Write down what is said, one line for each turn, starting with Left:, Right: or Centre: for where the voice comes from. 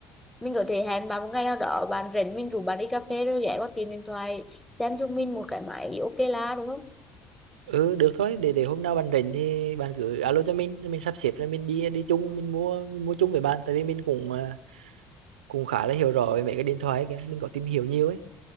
Centre: mình có thể hẹn bạn một ngày nào đó bạn rảnh mình rủ bạn đi cà phê rồi ghé qua tìm điện thoại xem chúng mình một cái máy ok là được không
Right: Ừ được thôi, để để hôm nào bạn rảnh thì bạn cứ alo cho mình, rồi mình sắp xếp rồi mình đi đi chung mình mua mình mua chung với bạn tại vì mình cũng à, cũng khá là hiểu rõ về mấy cái điện thoại ấy kìa, mình có tìm hiểu nhiều ấy.